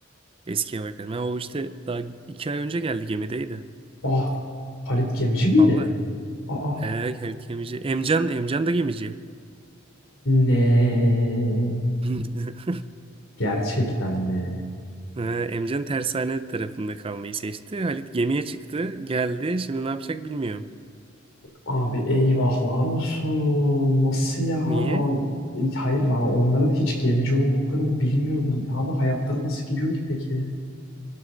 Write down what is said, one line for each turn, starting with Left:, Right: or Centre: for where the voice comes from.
Right: Eski ev arkadaşım. Ha, o işte daha iki ay önce geldi gemideydi.
Left: Ah, Halit Gemici miydi?
Right: Vallahi.
Left: Aa,
Right: He, Halit gemici. Emcan, Emcan da gemici.
Left: ne?
Right: <laughs>
Left: Gerçekten mi?
Right: He, Emcan tersane tarafında kalmayı seçti. Halit gemiye çıktı, geldi. Şimdi ne yapacak bilmiyorum.
Left: Abi eyvahlar olsun. Nasıl ya?
Right: Niye?
Left: Ben, hayır ben onların hiç gemici olduklarını bilmiyordum. Abi hayatları nasıl gidiyor ki peki?